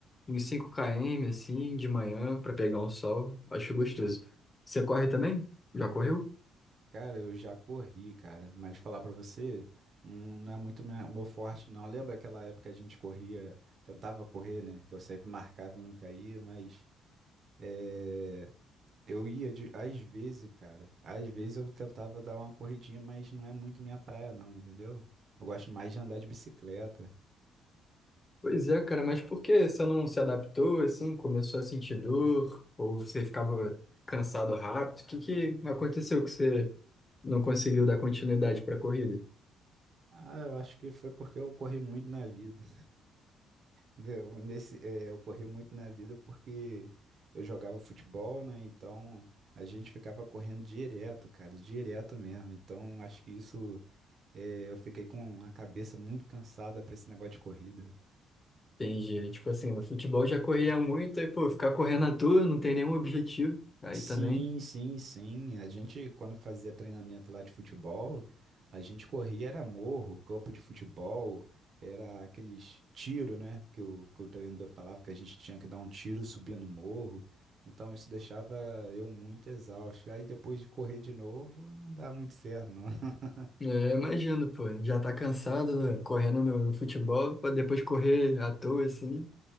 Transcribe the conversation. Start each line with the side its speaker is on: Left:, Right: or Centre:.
Left: uns 5 km assim, de manhã, pra pegar um sol. Acho gostoso. Você corre também? Já correu?
Right: Cara, eu já corri, cara, mas falar pra você, não, não é muito minha- o meu forte, não. Lembra aquela época que a gente corria, tentava correr, né? Que eu sempre marcava e nunca ia, mas é, eu ia de, às vezes, cara. Às vezes eu tentava dar uma corridinha, mas não é muito minha praia, não, entendeu? Eu gosto mais de andar de bicicleta.
Left: Pois é, cara, mas por que você não se adaptou assim? Começou a sentir dor? Ou você ficava cansado rápido? O que que aconteceu que você não conseguiu dar continuidade para a corrida?
Right: Ah, eu acho que foi porque eu corri muito na vida. Eu, nesse, é, eu corri muito na vida porque eu jogava futebol, né? Então a gente ficava correndo direto, cara, direto mesmo. Então acho que isso, é, eu fiquei com a cabeça muito cansada pra esse negócio de corrida.
Left: Entendi. Tipo assim, no futebol já corria muito, aí, pô, ficar correndo à toa, não tem nenhum objetivo. Aí
Right: Sim,
Left: também.
Right: sim, sim. A gente, quando fazia treinamento lá de futebol, a gente corria, era morro, campo de futebol, era aqueles tiro, né? Que o, que o treinador falava que a gente tinha que dar um tiro subindo o morro. Então isso deixava eu muito exausto. Aí depois de correr de novo, não dava muito certo, não. <laughs>
Left: É, imagino, pô, já tá cansado, né, correndo no, no futebol, pra depois correr à toa, assim.